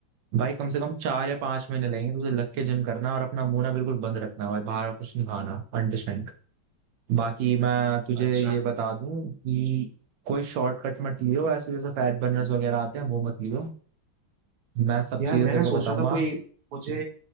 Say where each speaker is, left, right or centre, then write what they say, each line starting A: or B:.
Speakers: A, on the right (about 85°); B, on the right (about 65°).
A: भाई कम से कम चार या पांच महीने लगेंगे तुझे लग के जिम करना और अपना मुंह ना बिल्कुल बंद रखना भाई बाहर का कुछ नहीं खाना अंडरस्टैंड बाकी मैं तुझे
B: अच्छा
A: ये बता दूं कि कोई शॉर्टकट मत लियो ऐसे जैसे फैट बर्नर्स वगैरह आते हैं वो मत लियो मैं सब
B: यार
A: चीजें
B: मैं
A: तेरे
B: ना
A: को
B: सोच
A: बताऊंगा
B: रहा था कोई मुझे